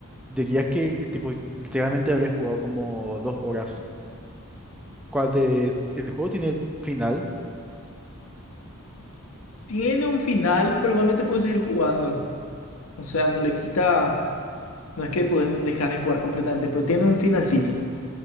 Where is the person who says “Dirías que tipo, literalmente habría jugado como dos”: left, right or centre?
Centre